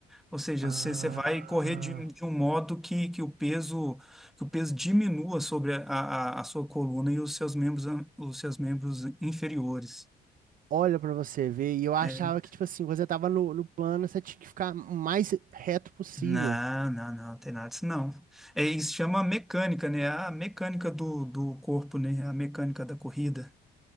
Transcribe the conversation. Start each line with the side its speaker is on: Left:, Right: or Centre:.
Centre: Ou seja,
Right: Ah,
Centre: você, você vai correr de, de um modo que, que o peso, que o peso diminua sobre a, a, a sua coluna e os seus membros, an- os seus membros inferiores.
Right: olha pra você ver. E eu achava
Centre: né.
Right: que, tipo assim, quando você tava no, no plano, você tinha que ficar o mais reto possível.
Centre: Não, não, não, não tem nada disso, não. É, isso chama mecânica, né? A mecânica do, do corpo, né? A mecânica da corrida.